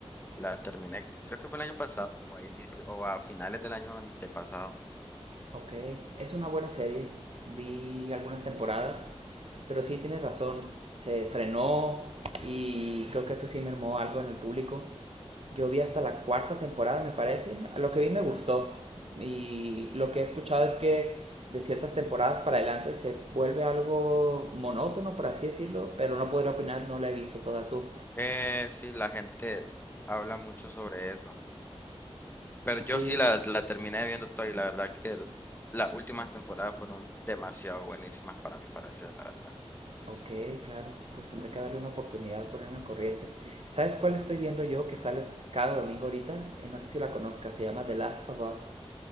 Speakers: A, on the left; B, on the right.
A: la terminé, creo que fue el año pasado o a, ini- o a finales del año antepasado.
B: Ok, es una buena serie. Vi algunas temporadas, pero sí tienes razón. Se frenó y creo que eso sí mermó algo en el público. Yo vi hasta la cuarta temporada, me parece. Lo que vi me gustó. Y lo que he escuchado es que de ciertas temporadas para adelante se vuelve algo monótono, por así decirlo. Pero no podría opinar, no la he visto toda tú.
A: Eh, sí, la gente habla mucho sobre eso, pero yo
B: Sí,
A: sí la, la terminé viendo toda y la verdad que l- las últimas temporadas fueron demasiado buenísimas para mí, para la verdad.
B: Ok, claro, pues tendré que darle una oportunidad, ponerme al corriente. ¿Sabes cuál estoy viendo yo que sale cada domingo ahorita? Eh, no sé si la conozcas, se llama The Last of Us.